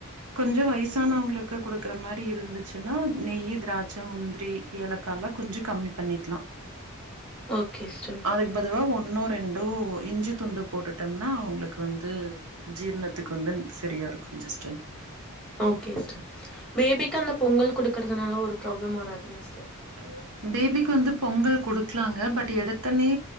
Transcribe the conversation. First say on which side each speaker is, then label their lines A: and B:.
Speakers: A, on the right; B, in the centre.
A: கொஞ்ச வயசு வயசானவங்களுக்கு கொடுக்கற மாரி இருந்துச்சுனா நெய் திராட்ச முந்திரி ஏலக்காலா கொஞ்ச கம்மி பண்ணிக்கலா
B: ஓகே சிஸ்டர்
A: அதுக்கு பதிவா ஒன்னோ ரெண்டோ இஞ்சி துண்டு போட்டுட்டம்னா அவங்ளுக்கு வந்து ஜீர்ணத்துக்கு வந்து சரியா இருக்கு சிஸ்டர்
B: ஓகே சிஸ்டர் பேபிக்கு அந்த பொங்கல் குடுக்கறதுனால ஒரு ப்ராப்ளம் வராதுல்ல சிஸ்டர்
A: <unintelligible> பேபிக்கு வந்து பொங்கல் குடுக்கலாங்க பட் எடுத்தன்னே